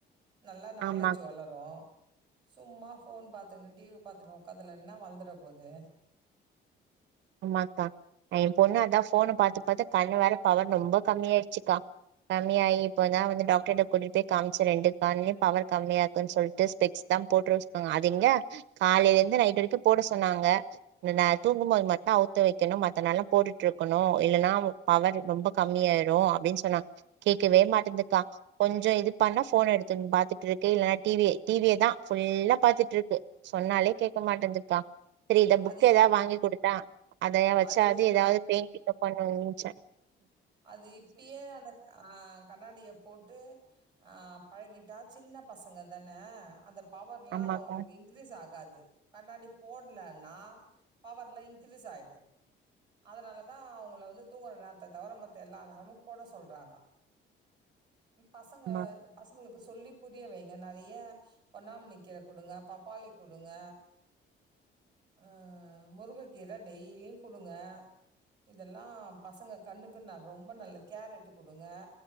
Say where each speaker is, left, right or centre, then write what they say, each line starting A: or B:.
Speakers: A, on the right; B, on the right.
A: நல்லா நாலேஜ்
B: ஆமா
A: வளரு சும்மா போன் பாத்துன்னு டிவி பாத்துணு உக்காதுல என்ன வழ்ந்துட போது
B: ஆமாக்கா நா எ பொண்ண அதா போன பாத்து இப்பபாத்தா கண்ணு வேற பவர் ரொம்ப கம்மியாயிருச்சுக்கா கம்மியாயி இப்பதா வந்து டாக்டர்ட கூட்டிட்டு காம்ச்சு ரெண்டு கண்லையு பவர் கம்மியா இருக்குன் சொல்ட்டு ஸ்பெக்ஸ் தா போட்டுற சொன்னாங்க அது எங்க காலையில இருந்து நைட் வரைக்கு போட சொன்னாங்க நா தூங்கும்போது மட்டு அவ்த் வெக்கணு மத்த நாள்ல்லா போட்டுட்டு இருக்கனு இல்லன்னா பவர் ரொம்ப கம்மியாயிடு அப்படின்னு சொன்னாங்க கேக்கவே மாட்டுதுக்கா கொஞ்ச இது பண்ணா போன்ன எடுத்து பாத்துட்றுக்கு இல்லன்னா டிவி டிவியதா ஃபுல்லா பாத்துட்றுக்கு சொன்னாலே கேக்க மாட்டேன்துப்பா செரி இத புக்க
A: அது
B: ஏதா
A: இப்
B: வாங்கி குடுத்தா அதைய வெச்சாது
A: அது
B: ஏதாவது பெயிண்டிங்க பண்ணனுச்சே
A: அது இப்பியே அந்த அ கண்ணாடிய போட்டு அ பழகிட்டா சின்ன பசங்க தான அந்த பவர்லா
B: ஆமாக்கா
A: அவுங்களுக்கு இன்க்ரீஸ் ஆகாது கண்ணாடி போடலன்னா பவர்ல இன்கிரீஸ் ஆயிடு அதனால தா அவுங்கள வந்து தூங்கற நேரத்த தவர மத்த எல்லா நேரமு போட சொல்றாங்க பசங்க
B: ஆமா
A: பசங்களுக்கு சொல்லிப் புரிய வைங்க நெறைய பொன்னாமண்ணி கீர குடுங்க பப்பாளி குடுங்க அ முருங்கக்கீரை டெய்லியும குடுங்க இதெல்லா பசங்க கண்ணுக்கு ந ரொம்ப நல்லது கேரட்டு குடுங்க